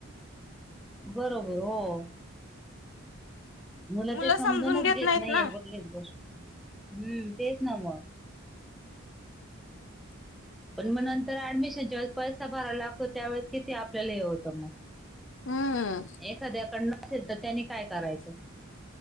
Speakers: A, in the centre; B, on the left (about 65°).
A: बरोबर हो, मूल
B: मुलं
A: ते समजूनवच
B: समजून
A: घेत
B: नाहीत
A: नाहीे
B: ना
A: कुठलीच गोष्ट हम्म तेच ना मग, पण मग नंतर ऍडमिशन ज्या वेळेस पैसा भरायला लागतो. त्यावेेळेस किती आपल्याला हे होतं मगन
B: हम्म
A: एखाद्याकडं नसेल तर त्यानी काय करायचं?